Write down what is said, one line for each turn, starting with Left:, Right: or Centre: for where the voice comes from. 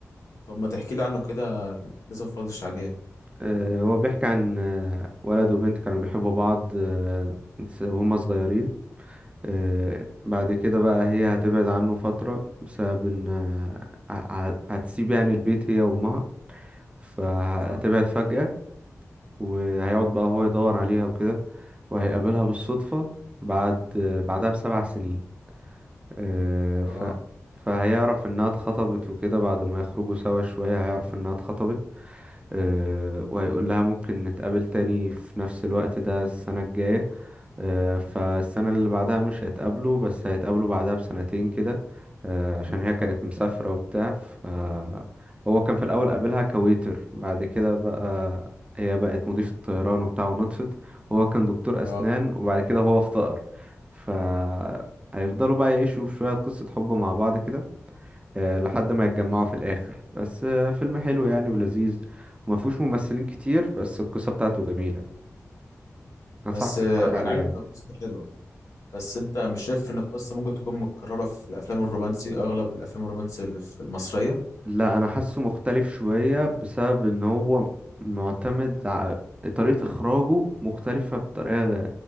Left: طب ما تحكي لي عنه كده لازم ما اتفرجتش عليه
Right: آه هو بيحكي عن آه ولد وبنت كانوا بيحبوا بعض آه وهم صغيرين آه بعد كده بقى هي هتبعد عنه فترة بسبب ان آه ه- هتسيب يعني البيت هي وامها فهتبعد
Left: اه
Right: فجأة وهيقعد بقى هو يدور عليها وكده وهيقابلها بالصدفة بعد آه بعدها بسبع سنين آه، ف
Left: اه
Right: فهيعرف انها اتخطبت وكده بعد ما يخرجوا سوا شوية هيعرف انها اتخطبت آه، وهيقول لها ممكن نتقابل تاني في نفس الوقت ده السنة الجاية آه، فالسنة اللي بعدها مش هيتقابلوا بس هيتقابلوا بعدها بسنتين كده آه، عشان هي كانت مسافرة وبتاع ف هو كان في الأول قابلها كويتر بعد كده بقى هي بقت مضيفة طيران وبتاع ونطفت هو كان دكتور
Left: اه
Right: أسنان وبعد كده هو افتقر ف هيفضلوا بقى يعيشوا شوية قصة حب مع بعض كده آه، لحد ما يتجمعوا
Left: آه.
Right: في الآخر بس آه، فيلم حلو يعني ولذيذ وما فيهوش ممثلين كتير بس القصة بتاعته جميلة أنصحك
Left: بس
Right: تتفرج
Left: آه،
Right: عليه
Left: انا عارف
Right: يعني
Left: ان القصه حلوه بس انت مش شايف ان القصه ممكن تكون متكرره في الافلام الرومانسي اغلب الافلام الرومانسي اللي في المصريه
Right: لا انا حاسه مختلف شوية بسبب ان هو معتمد ع- طريقة اخراجه مختلفة بطريقة غ-